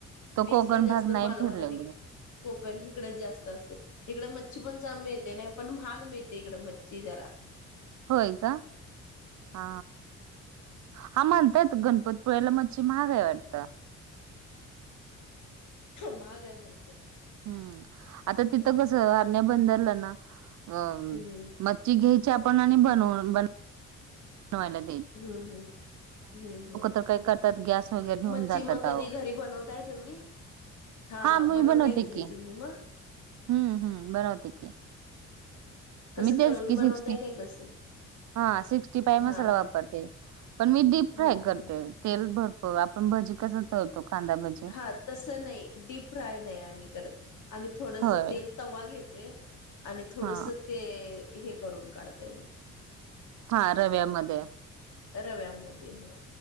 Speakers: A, on the right; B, on the left.
A: तो
B: बीचला
A: कोकण
B: जास्त
A: भाग नाही
B: मालवण
A: फिरलेलो
B: आणि कोकण इकडच जास्त असते. इकड मच्छी पण जा मिळते नाही पण महाग मिळते इकडे मच्छी जरा‌
A: होय का? हा. हा म्हणतायेत गणपती पुळायाला मच्छी महागऐ वाटत.
B: महाग आहे भरपूर.
A: हम् आता तिथं
B: त्यामुळे
A: कस आरण्या बंद जाल्यना अ
B: हम्म
A: म तीघ्यायची आपण बनवून-ब तो आलग.
B: हम्म हम्! हम्म हम्म,
A: तर काय करतात गॅस वगैरे घेऊन
B: मच्छिम
A: जातात
B: कधी
A: अहो.
B: घरी बनवताय तुम्ही? हा
A: मी
B: बनवताय
A: बनवते
B: घरी
A: की
B: तुम्ही मग?
A: हम्म हम्म, बनवते.
B: कसं
A: मी तेच
B: तळून
A: की
B: बनवताय
A: सिक्स्टी
B: काय कसं?
A: हा सिक्स्टी फ्राय
B: हा
A: मसाला
B: हा
A: वापरते. पण मी डीप
B: हम्म
A: फ्राय करते.
B: हम्म
A: तेल भरपुर आपण भजी क हो, तो कांदा ब
B: हा, तस नाही डीप फ्राय नाही आम्ही करत, आम्ही थोडंस
A: होय
B: तेल तवा घेतोय, आणि थोडस
A: हा
B: ते हे करून काढतोय
A: हा, रव्यामध्ये
B: रव्यामध्ये, हा.